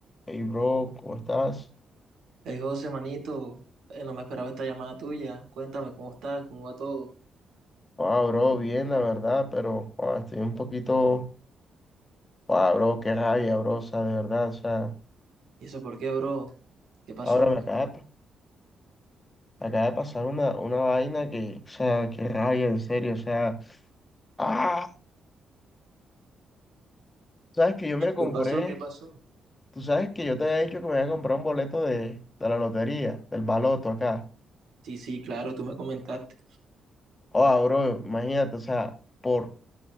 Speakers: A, on the left (about 20°); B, on the right (about 75°).
A: Hey bro, ¿cómo estás?
B: Hey José, manito, eh, no me esperaba esta llamada tuya. Cuéntame cómo estás, cómo va todo.
A: Ah, bro, bien, la verdad, pero ah, estoy un poquito. Ah, bro, qué rabia, bro, o sea, de verdad, o sea,
B: ¿Y eso por qué, bro? ¿Qué pasó?
A: ahora me acaba de, me acaba de pasar una, una vaina que, o sea, qué rabia, en serio, o sea, ah, sabes que yo me compré,
B: ¿Qué pasó? ¿Qué pasó?
A: tú sabes que yo te había dicho que me había comprado un boleto de, de la lotería, del baloto acá.
B: Sí, sí, claro, tú me comentaste.
A: Ah, bro, imagínate, o sea, por